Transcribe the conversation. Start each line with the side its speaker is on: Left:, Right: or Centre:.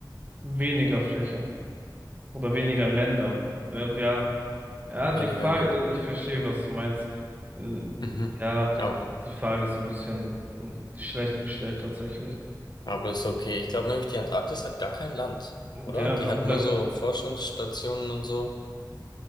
Right: Weniger Fläche oder weniger Länder. Ja, ja, ja, die
Left: weniger
Right: Frage,
Left: Länder.
Right: äh, ich verstehe, was du meinst. Ähm,
Left: Mhm.
Right: Ja,
Left: Ja,
Right: keine, Ahnung, die Frage ist ein bisschen äh, schlecht gestellt tatsächlich.
Left: Aber ist okay. Ich glaube nämlich, die Antarktis hat gar kein Land, oder?
Right: Ja,
Left: Die
Right: aber
Left: hat
Right: da.
Left: nur so Forschungsstationen und so.